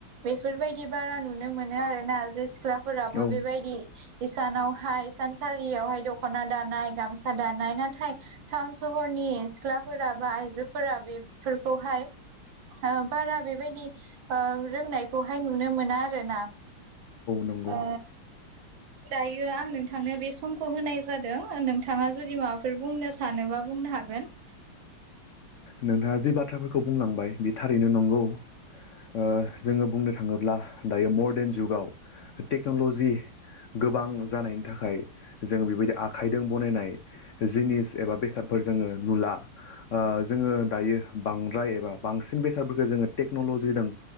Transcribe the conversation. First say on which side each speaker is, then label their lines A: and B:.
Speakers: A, on the right (about 65°); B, on the left (about 75°).
A: बे जि बेफोरबायदि बारा नुनो मोनो आरोना जे सिख्लाफोराबो
B: औ
A: बेबायदि हिसानावहाय सा सालियावहाय दख'ना दानाय गामसा दानाय नाथाय टाउन सहरनि सिख्लाफोराबो आ आइजोफोरा बेफोरखौहाय बारा बेबायदि रोंनाय खौहाय नुनो मोना आरो ना।
B: नंगौ
A: ओ दायो आं नोंथांनो बे समखौ होनाय जादों नोंथाङा जुदि माबाफोर बुंनो सानोबा बुं बुंनो हागोन‌।
B: नोंथाङा जि बाथ्राफोरखौ बुंलांबाय बे थारैनो नंगौ। ओ जोङो बुंनो थाङोब्ला दायो मरदेन जुगाव टेक्न'लजि गोबां जानायनि थाखाय जों बेबायदि आखाइजों बनायनाय जिनिस एबा बेसादफोरखौ जोङो नुला ओ जोङो दायो बांद्राय एबा बांसिन बेसादफोरखौ जोङो टेक्न'ल'जिजों